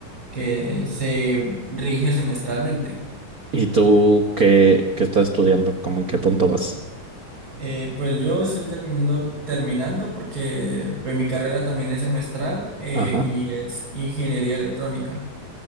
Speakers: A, on the right (about 35°); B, on the right (about 75°).
A: que se rige semestralmente.
B: ¿Y tú qué, qué estás estudiando? ¿Cómo en qué punto vas?
A: Eh, pues yo estoy terminando, terminando porque pues mi carrera también es semestral eh,
B: Ajá,
A: y es ingeniería electrónica.